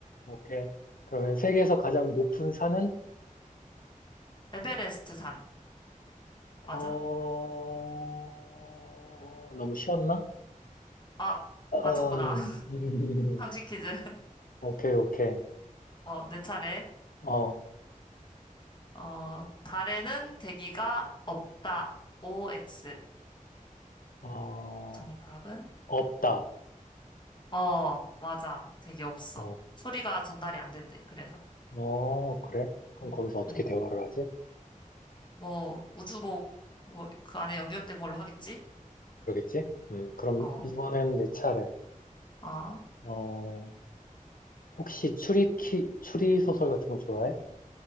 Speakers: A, on the left; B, on the left.
A: 오케이. 그러면 세계에서 가장 높은 산은?
B: 에베레스트 산.
A: 어,
B: 맞아?
A: 너무 쉬웠나?
B: 아,
A: 음, <laughs>
B: 맞췄구나. <laughs>
A: 음.
B: 상식 퀴즈.
A: 오케이, 오케이.
B: 어, 내 차례.
A: 어,
B: 어, 달에는 대기가 없다. OX.
A: 어,
B: 정답은?
A: 없다.
B: 어, 맞아. 대기 없어.
A: 어,
B: 소리가 전달이 안 된대, 그래서.
A: 어, 그래? 그럼
B: 음,
A: 거기서 어떻게
B: 음.
A: 대화를 하지?
B: 뭐, 우주복, 뭐, 그 안에 연결된 걸로 하겠지?
A: 그러겠지? 음, 그럼
B: 어,
A: 이번엔 내 차례.
B: 아,
A: 어, 혹시 추리, 키, 추리 소설 같은 거 좋아해?